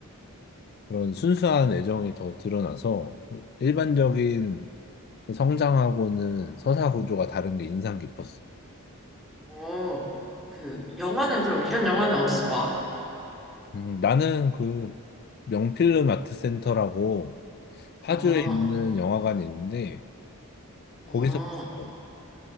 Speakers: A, on the left (about 45°); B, in the centre.
A: 그런 순수한 애정이 더 드러나서 일반적인 성장하고는 서사 구조가 다른 게 인상 깊었어.
B: 어, 그, 영화는 그럼 이런 영화는 어디서 봐?
A: 음, 나는 그 명필름 아트센터라고 파주에
B: 아,
A: 있는 영화관이 있는데 거기서
B: 아,
A: 봤어.